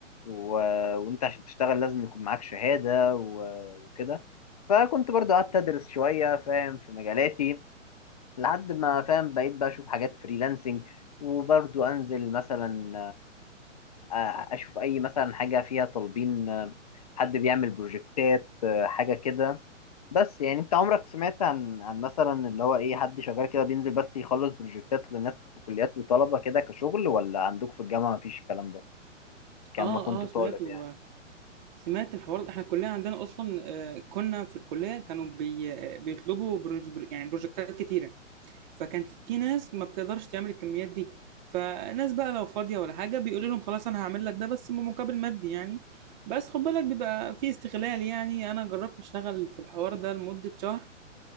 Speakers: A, on the left; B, on the right.
A: و... وانت عشان تشتغل لازم يكون معاك شهاده و... وكده فكنت برضو قعدت ادرس شويه فاهم في مجالاتي لحد ما فاهم بقيت بقى اشوف حاجات فريلانسنج وبرضو انزل مثلا آه، آه، اشوف اي مثلا حاجه فيها طالبين آه، حد بيعمل بروجكتات آه، حاجه كده بس يعني انت عمرك سمعت عن عن مثلا اللي هو ايه حد شغال كده بينزل بس يخلص بروجكتات للناس في كليات وطلبه كده كشغل ولا عندكم في الجامعه مفيش الكلام ده كان
B: اه
A: ما كنت
B: اه
A: طالب
B: سمعته
A: يعني
B: سمعت الحوار احنا الكلية عندنا اصلا آه، كنا في الكلية كانوا بي... آه، بيطلبوا بروج... بر- يعني بروجكتات كتيرة فكان في ناس ما بتقدرش تعمل الكميات دي فناس بقى لو فاضية ولا حاجة بيقولوا لهم خلاص انا هعمل لك ده بس بمقابل مادي يعني بس خد بالك بيبقى في استغلال يعني انا جربت اشتغل في الحوار ده لمدة شهر